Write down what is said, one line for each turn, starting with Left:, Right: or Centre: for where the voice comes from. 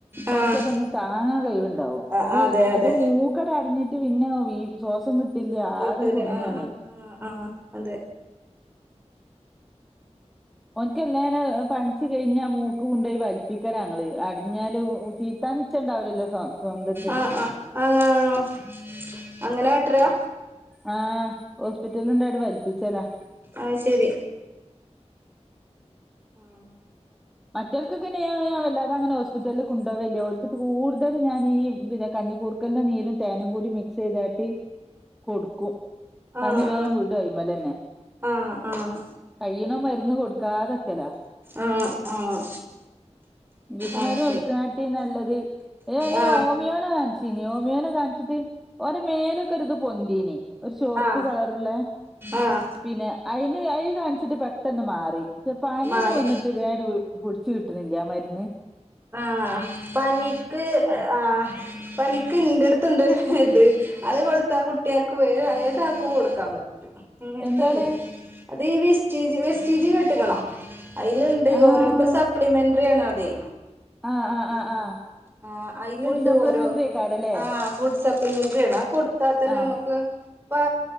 Centre: കൊറച്ചൊക്കെ
Right: ആഹ്
Centre: ഒന്ന് താങ്ങാൻ കൈവുണ്ടാവും
Right: ആഹ്
Centre: ഇത്
Right: അതെ
Centre: അയിന്റെ
Right: അതെ
Centre: മൂക്ക് ക്കടഞ്ഞിട്ട് പിന്നെ ശ്വാസം കിട്ടില്ല
Right: തൊട്ടൂല
Centre: ആകെ കുടുങ്ങാണ്
Right: ആഹ് ആഹ് ആഹ് അതെ
Centre: ഓൻക്ക് എല്ലാനെ പനിച്ചു കഴിഞ്ഞാ മൂ മൂക്ക് കൊണ്ടോയി വലിപിക്കലാ ഞങ്ങള് അടിഞ്ഞാല് ചീതാൻ നിച്ചണ്ടാവുലല്ലോ സ്വന്തക്ക്
Right: ആഹ് ആഹ് അങ്ങനെ കാട്ടരാ
Centre: ആഹ് ഹോസ്പിറ്റൽ കൊണ്ടായിട്ട് വൽപ്പിച്ചലാ
Right: ആഹ്ശെരി ആഹ്
Centre: മറ്റോൽക്കൊക്കെ ഞാന് വല്ലാതങ്ങനെ ഹോസ്പിറ്റല്ല് കൊണ്ടോവല്ല്യ ഓൽക്ക് കൂട്തല് ഞാന് ഈ പിന്നെ കഞ്ഞിക്കൂർ ക്കൽൻ്റെ നീരും തേനും കൂടി മിക്സെയ്താട്ട് കൊട്ക്കും പനി
Right: ആഹ്
Centre: വേം വിടും അയ്മലെന്നെ
Right: ആഹ് ആഹ്
Centre: കയ്യ്ണോം മര്ന്ന് കൊട്ക്കാതെക്കലാ
Right: ആഹ് ആഹ്
Centre: ഇംഗ്ലീഷ്മരുന്ന്
Right: അത് ശരി
Centre: കൊടുക്ക്ണാട്ടിം നല്ലത് ഏ അയ് ഞാൻ
Right: ആഹ്
Centre: ഹോമിയോനെ കാണി സിനിയോമിയോനെ കാണിച്ച്ട്ട് ഓരെ മേലൊക്കൊര്ത് പൊന്തീനി ഒരു ചോപ്പ്
Right: ആഹ്
Centre: കളറ്ള്ളേ
Right: ആഹ്
Centre: പിന്നെ അയ്ന് അയിൻ കാൺച്ചിട്ട് പെട്ടന്ന് മാറി പനി
Right: മാറി
Centre: ഒന്ന് വന്നിട്ട് വേണ്ട് ട്ട് കിട്ട്ണില്ല ആ മര്ന്ന്
Right: ആഹ് പനിക്ക് ആഹ് പനിക്ക് ഇന്റെട്ത്ത് ഇണ്ടൊര് ഇത് അത് കൊട്ത്താ കുട്ട്യാക്ക് വേം ഏതാക്കും കൊട്ക്കാൻ പറ്റും അങ്ങൻത്തെണ്ട്
Centre: എന്താണ്
Right: അത് ഈ വിസ്റ്റീജ് വിസ്റ്റീജ് കേട്ട്ക്ക്ണോ ഐല്ണ്ട്
Centre: ആഹ്
Right: ഓരോപ്പ സപ്ലിമെന്ററി ആണതെ
Centre: ആഹ് ആഹ്
Right: ഉം
Centre: ആഹ് ആഹ്
Right: ആഹ് ഐല്ണ്ട്
Centre: ഫുഡ് സപ്ലിമെന്ററി
Right: ഓരോ
Centre: കാർഡല്ലേ
Right: ആഹ് സപ്ലിമെന്ററി ആണ് അത് കൊട്ത്താ തന്നെ
Centre: ആഹ്
Right: നമ്മക്ക് ഇപ്പാ